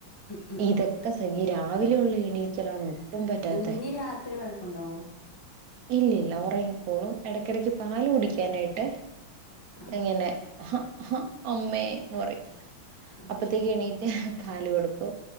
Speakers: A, on the left (about 20°); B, on the right (about 75°).
A: ഉം ഉം
B: ഇതക്കെ
A: ഉം
B: സഖി ഈ രാവിലെ ഒള്ള എണീക്കലാണ് പറ്റാത്തെ
A: കുഞ്ഞ് രാത്രി വഴക്കുണ്ടോ?
B: ഇല്ലില്ല ഉറങ്ങിക്കോളും എടക്കടക്ക് പാല് കുടിക്കാനായിട്ട്.
A: ആഹ്
B: എങ്ങനെ ഹ ഹ അമ്മേ ന്ന്പറിം.
A: ആഹ്
B: അപ്പത്തേക്ക് എണീറ്റ് പാല് കൊടുക്കും